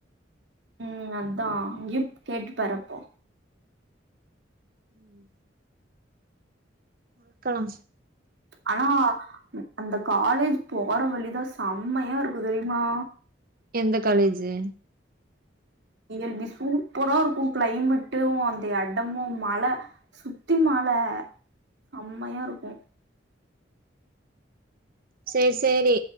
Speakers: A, on the right; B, on the right.
A: ம் அதா இப் கேட்டுப்பாரு அப்போ
B: ம் இர்க்கலா
A: ஆனா அந்த காலேஜ் போற வழிதா சம்மையா இருக்கு தெரியுமா
B: எந்த காலேஜு
A: வி எல் டி சூப்பரா இருக்கு கிளைமட்டேவு அந்த எடமு மல சுத்தி மல சம்மையா இருக்கு
B: சேர் சேரி